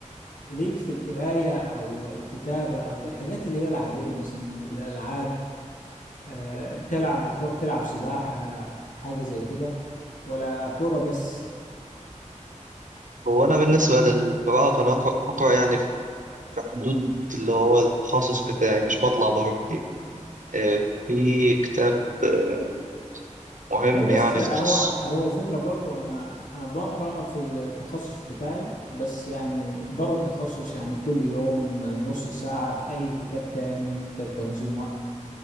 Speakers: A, on the left; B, on the right.
A: آه، ليك في القراية او الكتابة او الحاجات اللي هي العادية مثلا الالعاب آه، تلعب بتروح تلعب سباحة حاجة زي كده ولا كورة بس
B: هو أنا بالنسبة للقراءة فأنا أقرأ, أقرأ يعني في حدود اللي هو التخصص بتاعي مش بطلع بره كتير آه، في كتاب آه، مهم
A: هو بص
B: يعني
A: هو
B: في تخصصي
A: هو الفكرة برضو أنا أنا بقرأ في التخصص بتاعي بس يعني بره التخصص يعني كل يوم نص ساعة في أي كتاب تاني كتاب تنظيم وقت